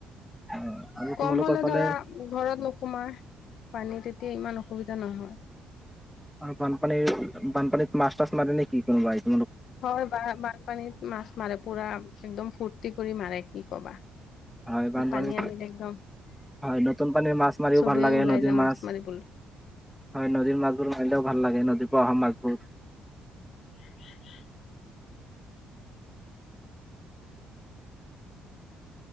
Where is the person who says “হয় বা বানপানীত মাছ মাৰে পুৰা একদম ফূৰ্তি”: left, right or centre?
Left